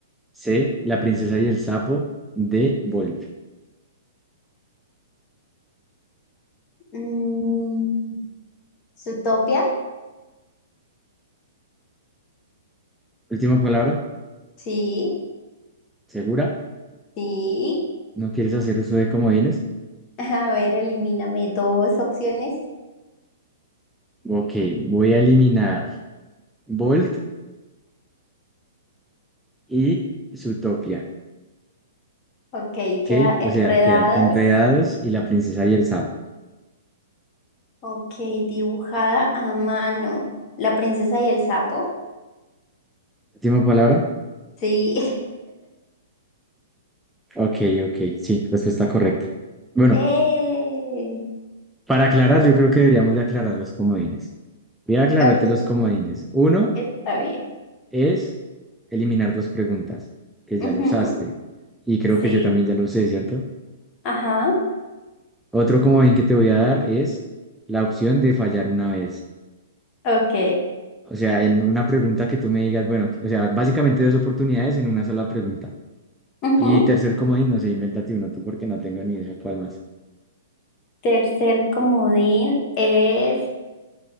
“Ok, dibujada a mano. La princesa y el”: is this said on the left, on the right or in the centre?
Left